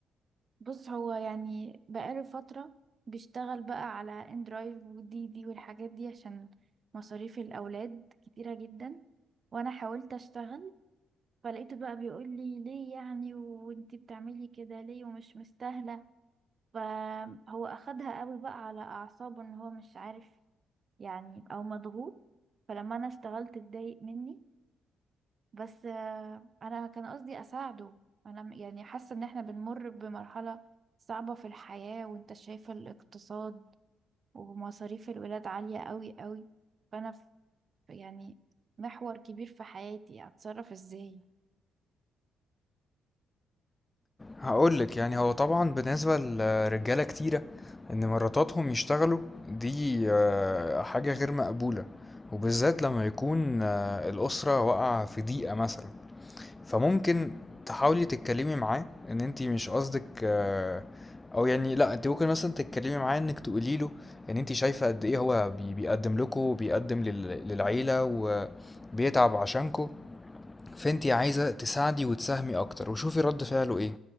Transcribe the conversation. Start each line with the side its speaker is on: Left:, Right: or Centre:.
Right: بص هو يعني بقاله فترة بيشتغل بقى على اندرايف ودي دي والحاجات دي عشان مصاريف الأولاد كتيرة جدا وأنا حاولت أشتغل فلقيته بقى بيقول لي ليه يعني وانتي بتعملي كده ليه ومش مستاهلة فهو أخدها قوي بقى على أعصابه إن هو مش عارف يعني أو مضغوط فلما أنا اشتغلت اتضايق مني بس آه، انا كان قصدي اساعده انا م- يعني حاسه ان احنا بنمر بمرحله صعبه في الحياه وانت شايفه الاقتصاد ومصاريف الولاد عاليه قوي قوي فانا في يعني محور كبير في حياتي اتصرف ازاي
Left: هقول لك يعني هو طبعا بالنسبه لرجاله كتيره ان مراتاتهم يشتغلوا دي آه، حاجه غير مقبوله وبالذات لما يكون آه، الاسره واقعه في ضيقه مثلا فممكن تحاولي تتكلمي معاه ان انت مش قصدك آه، او يعني لا انت ممكن مثلا تتكلمي معاه انك تقولي له ان انت شايفه قد ايه هو بي- بيقدم لكم بيقدم للعيله وبيتعب عشانكم فانتي عايزة تساعدي وتساهمي اكتر وشوفي رد فعله ايه